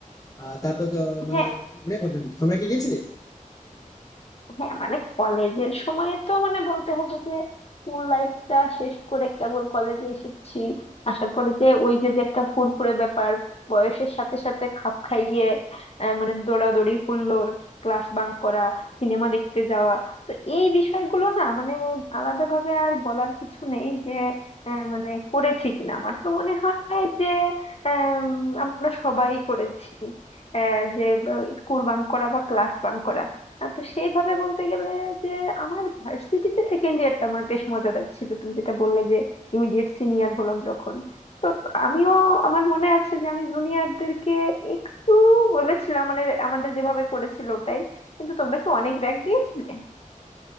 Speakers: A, on the left; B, on the left.
A: আহ, তারপর তো, মানে
B: হ্যাঁ
A: অনেক ঘটনা ঘটেছে। তোমরা কি গেছিলে
B: হ্যাঁ মানে কলেজের সময় তো মানে বলতে হবে যে স্কুল লাইফটা শেষ করে কেবল কলেজে এসেছি আসার পরে যে ওই যে যে একটা ফুরফুরে ব্যাপার বয়সের সাথে সাথে খাপ খাইয়ে আহ, মানে দৌড়াদৌড়ি হুল্লোড় ক্লাস বাঙ্ক করা সিনেমা দেখতে যাওয়া তো এই বিষয়গুলো না মানে আলাদাভাবে আর বলার কিছু নেই যে আহ, মানে করেছি কিনা আমার তো মনে হয় যে আম, আমরা সবাই করেছি আহ, যে স্কুল বাঙ্ক করা বা ক্লাস বাঙ্ক করা আহ, তো সেইভাবে বলতে গেলে যে আমার ভার্সিটিতে সেকেন্ড ইয়ারটা আমার বেশ মজাদার ছিল তুমি যেটা বললে যে ইমিডিয়েট সিনিয়র হলাম যখন তো তো আমিও আমার মনে আছে যে আমি জুনিয়রদেরকে একটু বলেছিলাম মানে আমাদের যেভাবে করেছিল ওটাই কিন্তু তোমরা কি অনেক র্যাক দিয়েছিলে